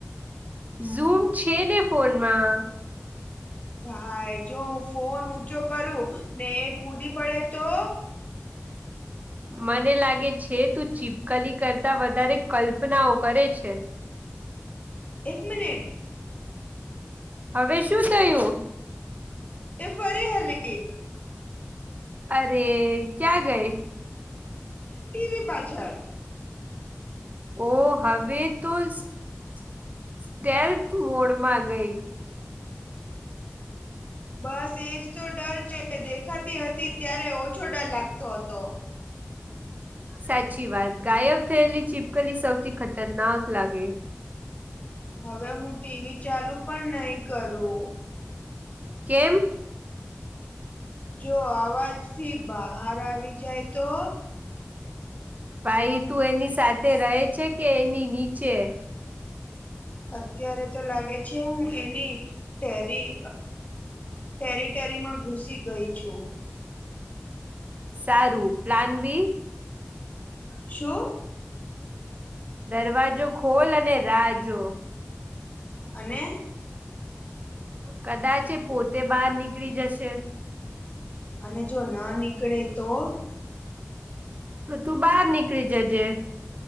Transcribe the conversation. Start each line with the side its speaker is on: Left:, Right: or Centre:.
Right: ઝૂમ છે ને ફોનમાં.
Left: ભાઈ જો હું ફોન ઊંચો કરું ને કૂદી પડે તો.
Right: મને લાગે છે તું ચીપકલી કરતા વધારે કલ્પનાઓ કરે છે.
Left: એક મિનિટ.
Right: હવે શું થયું.
Left: એ ફરી હલી
Right: અરે ક્યાં ગઇ.
Left: ટીવી પાછળ.
Right: ઓ હવે તો સ્ટેલ્થ મોડમાં ગઈ.
Left: બસ એજ તો ડર છે દેખાતી હતી ત્યારે ઓછો ડર લાગતો હતો.
Right: સાચી વાત ગાયબ થયેલી ચીપકલી સૌથી ખતરનાક લાગે.
Left: હવે હું ટીવી ચાલુ પણ નહી કરું.
Right: કેમ.
Left: જો અવાજથી બહાર આવી જાય તો.
Right: ભાઈ તું એની સાથે રહે છે કે એની નીચે.
Left: અત્યારે તો લાગે છે હું એની ટેરી ટેરિ ટેરીમાં ઘુસી ગઈ છું.
Right: સારું પ્લાન બી.
Left: શું.
Right: દરવાજો ખોલ અને રાહ જો.
Left: અને.
Right: કદાચ એ પોતે બહાર નીકળી જશે.
Left: અને જો ના નીકળે તો.
Right: તો તું બહાર નીકળી જજે